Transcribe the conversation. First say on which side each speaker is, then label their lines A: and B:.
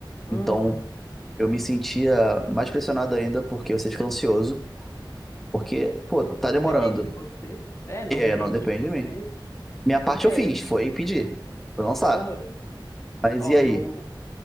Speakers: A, on the left; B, in the centre.
A: Uhum.
B: Então, eu me sentia mais pressionado ainda porque você fica ansioso, porque, pô,
A: É,
B: tá
A: não
B: demorando.
A: depende de você. É, não
B: E aí,
A: depende
B: não depende
A: de você.
B: de mim. Minha parte
A: É,
B: eu fiz,
A: eu.
B: foi pedir, foi lançar.
A: Aham.
B: Mas
A: Ó,
B: e aí?
A: eu,